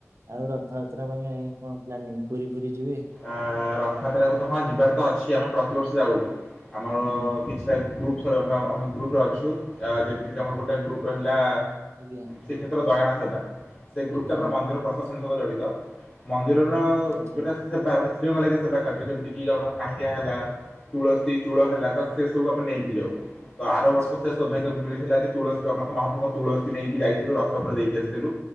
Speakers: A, on the right; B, on the left.
A: ଆଉ ରଥଯାତ୍ରା ପାଇଁ ଆଜ୍ଞା କଣ ପ୍ଲାନିଂ ପୁରୀ ଫୁରୀ ଯିବେ?
B: ଅ ରଥଯାତ୍ରାକୁତ ହଁ ଯିବାରେତ ଅଛି ଆମେ ପ୍ରତିବର୍ଷ ଯାଉ ଆମର
A: ଆଜ୍ଞା
B: କିଛି ଗ୍ରୁପ ଆମେ ଆମେ ଗ୍ରୁପରେ ଅଛୁ ଅ ଯେମିତିକି ଆମର ଗୋଟେ ଗ୍ରୁପ ହେଲା
A: ଆଜ୍ଞା।
B: ଶ୍ରୀକ୍ଷେତ୍ର ଦୟଣା ସେବା। ସେ ଗ୍ରୁପ୍ଟା
A: ଆଜ୍ଞା
B: ପୁରା ମନ୍ଦିର ପ୍ରଶାସନ ସହିତ ଜଡ଼ିତ ମନ୍ଦିରର
A: ଆଜ୍ଞା।
B: ଯେଉଁଟା ସେବା ମାନେ ଶ୍ରୀରଙ୍ଗା ଲାଗି ସେବା କାର୍ଯ୍ୟ ଯେମିତିକି କାହିଁଆ ହେଲା ତୁଳସୀ ଚୂଳ ହେଲା ତ ସେ ସବୁ ଆମେ ନେଇକି ଯାଉ ତଆର
A: ଆଚ୍ଛା
B: ବର୍ଷ ଶେଭାଗ୍ୟ ମିଳିଥିଲା ଯେ ତୁଳସୀ ଆମ ମହାପ୍ରଭୁ ତୁଳସୀ ନେଇକି ଯାଇଥିଲୁ ରଥ ଉପରେ ଦେଇକି ଆସିଥିଲୁ।